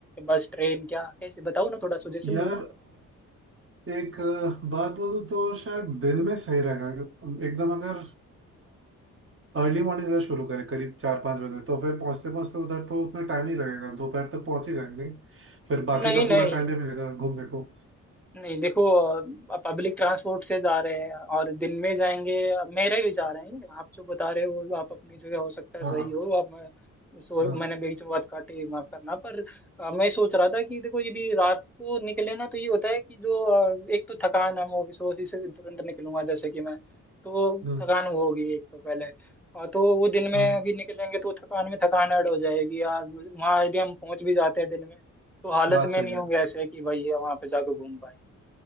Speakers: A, in the centre; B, on the right (about 35°).
A: बस ट्रेन क्या कैसे बताओ ना थोड़ा सजेशन
B: यार
A: दो ना
B: एक बात बोलूं तो शायद दिन में सही रहेगा एकदम अगर अर्ली मॉर्निंग अगर शुरू करें करीब चार पाँच बजे तो फिर पहुंचते पहुंचते उधर तो उतना टाइम नहीं लगेगा दोपहर तक पहुंच ही जाएंगे फिर बाकी
A: नहीं
B: का
A: नहीं
B: पूरा टाइम भी मिलेगा घूमने को
A: नहीं देखो पब्लिक ट्रांसपोर्ट से जा रहे हैं और दिन में जाएंगे मेरे विचार हैं ये। आप जो बता रहे हो आप अपनी जगह हो सकता है
B: हाँ
A: सही
B: हाँ
A: हो आप मैं- सो
B: हाँ
A: मैंने बीच में बात काटी माफ करना पर अ, मैं सोच रहा था कि देखो यदि रात को निकले ना तो ये होता है कि जो अ, एक तो थकान हम ऑफिस ऑफिस से तुरंत निकलूंगा जैसे कि मैं तो
B: हम्म
A: थकान वो होगी एक तो पहले अ, तो वो दिन में
B: हम्म
A: अभी निकलेंगे तो थकान में थकान ऐड हो जाएगी यार वहाँ यदि हम पहुंच भी जाते हैं दिन में तो हालत
B: बात
A: में
B: सही
A: नहीं
B: है
A: होंगे ऐसे कि भाई वहां पे जाकर घूम पाए